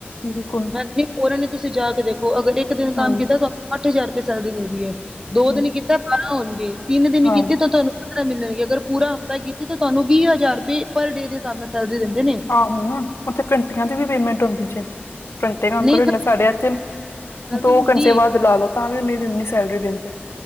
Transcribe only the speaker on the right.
ਬਲ ਕੇ ਫ਼ੋਰਨ ਚ ਤੁਸੀਂ ਜਾ ਕੇ ਦੇਖੋਂ ਅਗਰ ਇੱਕ ਦਿਨ ਕੰਮ
ਕੀਤਾ ਤੁ ਅੱਠ ਹਜ਼ਾਰ ਰੁਪਏ ਸੈਲਰੀ ਮਿਲਦੀ ਏ, ਦੋ
ਦਿਨ ਕੀਤਾ ਬਾਰਾਂ ਹੋਣਗੇ ਤਿੰਨ ਦਿਨ
ਕੀਤੀ ਤਾਂ ਤੁਹਾਨੂੰ ਮਿਲਣਗੇ ਅਗਰ ਪੂਰਾ ਹਫ਼ਤਾ ਕੀਤੀ ਤਾਂ ਤੁਹਾਨੂੰ ਵੀਹ ਹਜ਼ਾਰ ਰੁਪਏ ਪਰ ਡੇ ਦੇ ਸਾਬ ਨਾਲ਼ ਸੈਲਰੀ ਦਿੰਦੇ ਨੇ।
ਨਹੀਂ
ਸਰ
ਗੱਲ
ਤੇ ਹੁੰਦੀ
ਏ